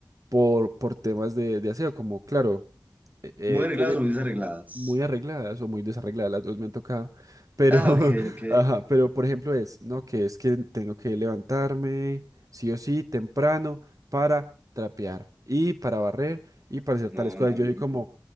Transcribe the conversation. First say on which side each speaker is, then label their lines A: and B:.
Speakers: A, on the right (about 50°); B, on the right (about 20°).
A: por, por temas de, de aseo, como claro, eh, eh,
B: Muy arregladas
A: tiene-
B: o muy desarregladas.
A: muy arregladas o muy desarregladas, las dos me han tocado, pero,
B: Ah,
A: <laughs>
B: ok, ok.
A: ajá, pero por ejemplo es, ¿no? Que es que tengo que levantarme sí o sí temprano para trapear y para barrer y para hacer
B: No,
A: tales cosas.
B: no,
A: Yo
B: no.
A: soy como,